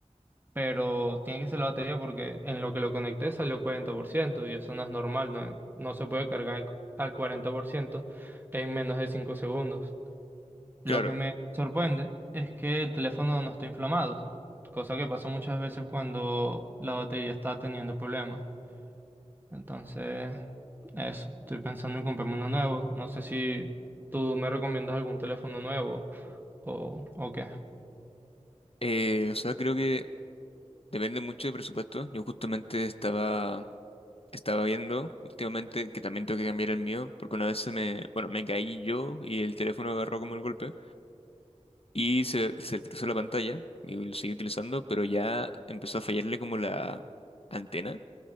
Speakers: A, on the right (about 15°); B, on the left (about 50°).
A: pero tiene que ser la batería porque en lo que lo conecté salió 40%, y eso no es normal, no, no se puede cargar al 40% en menos de 5 segundos. Lo
B: Claro,
A: que me sorprende es que el teléfono no está inflamado, cosa que pasa muchas veces cuando la batería está teniendo problemas. Entonces, eso, estoy pensando en comprarme uno nuevo. No sé si tú me recomiendas algún teléfono nuevo o, o qué.
B: eh, o sea, creo que Depende mucho de presupuesto. Yo justamente estaba, estaba viendo últimamente que también tengo que cambiar el mío, porque una vez se me, bueno, me caí yo y el teléfono agarró como el golpe y se, se atrasó la pantalla y lo seguí utilizando, pero ya empezó a fallarle como la antena